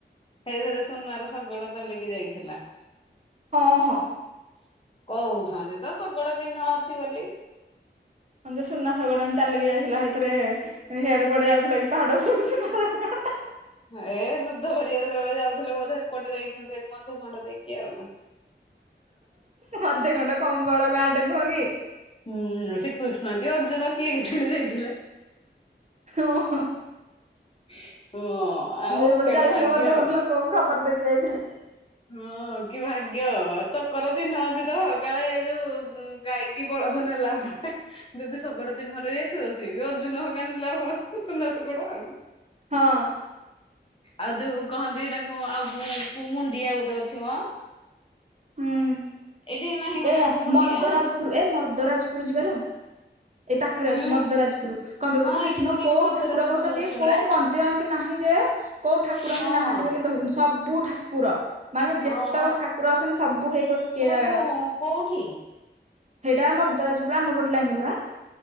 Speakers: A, on the left (about 30°); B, on the right (about 40°).
A: ଏଇଥର ସୁନାର ଶଗଡ ଚଲକି ଯାଇଥିଲା।
B: ହଁ, ହଁ।
A: କହୁଛନ୍ତି ତ ଶଗଡ଼ ଚିହ୍ନ ଅଛି ବୋଲି।
B: ହଁ ଯୋଉ ସୁନା ଶଗଡ଼ ଚାଲିକି ଯାଇଥିଲା ଏଇଥିରେ ହେଇ ଆଡେ ଯାଉଥିଲା କି ପାହାଡ ଉପରକୁ ସୁନା ଶଗଡ଼।
A: ଏ ଯୁଦ୍ଧ କରିବାକୁ ଯେତେବେଳେ ଯାଉଥିଲେ ବୋଧେ ଏପଟେ ଯାଇଛଛନ୍ତି ମଧ୍ୟଖଣ୍ଡ ଦେଇକି ଆଉ।
B: ମଧ୍ୟଖଣ୍ଡ କମ୍ ବଡ଼ ଗାଁଟେ ନୁହଁ କି?
A: ହୁଁ ଶ୍ରୀକୃଷ୍ଣ କି ଅର୍ଜୁନ କିଏ କେଜାଣି ଯାଇଥିଲେ।
B: ହଁ, ହଁ।
A: <unintelligible>
B: ଏଇପଟେ
A: କେଡେ
B: ଯାଇଥିଲେ
A: ଭାଗ୍ୟ।
B: ମଧ୍ୟଖଣ୍ଡ ଲୋକଙ୍କୁ ଖବର ଦେଇକି ଯାଇଥିଲେ।
A: ହଁ କି ଭାଗ୍ୟ ଚକର ଚିହ୍ନ ଅଛି ତ କାଳେ ଏ ଯୋଉ ଗାଈ କି ବଳଦ ନେଲା <unintelligible> ଯଦି ଶଗଡ଼ ଚିହ୍ନ ରହି ଯାଇଥିବ ସିଏ ବି ଅର୍ଜୁନ <unintelligible> ସୁନା ଶଗଡ ଆଉ।
B: ହଁ।
A: ଆଉ ଯୋଉ କହନ୍ତି ସେଇଟା କୁ ଆଉ କୁମୁଣ୍ଡିଆ ଗୋଟେ ଅଛି ମ।
B: ହୁଁ
A: ଏଇଠି ନାହିଁ ଗୋଟେ
B: ଏ
A: କୁମୁଣ୍ଡିଆ?
B: ମର୍ଦ୍ଦରାଜପୁର ଏ ମର୍ଦ୍ଦରାଜପୁର ଯିବା ଲୋ। ଏଇ ପାଖରେ
A: ହଁ
B: ଅଛି ମର୍ଦ୍ଦରାଜପୁର। କଣ ପାଇଁ କହିଲୁ ସେଠିନୁହ
A: ଏଇଠି କୋଉଠି
B: କୋଉ
A: ମଦରାଜପୁର
B: ଠାକୁର ବସନ୍ତି
A: ଅଛି ପରା।
B: କୋଉ ମନ୍ଦିର ଏମିତି ନାହିଁ ଯେ କୋଉ ଠାକୁର
A: ହଁ
B: ଏମିତି ନାହାନ୍ତି ବୋଲି କହିବୁନି ସବୁ ଠାକୁର ମାନେ
A: ହଁ
B: ଯେତେକ
A: ମ
B: ଠାକୁର ଅ ଛନ୍ତି ସବୁ ହେଇ ଗୋଟିଏ
A: ସେଟାକୁ
B: ଜାଗାରେ ଅଛନ୍ତି।
A: କୋଉଠି
B: ସେଇଟା ମର୍ଦ୍ଦରାଜପୁର ଆମ ପଟ ଲାଇନ ପରା।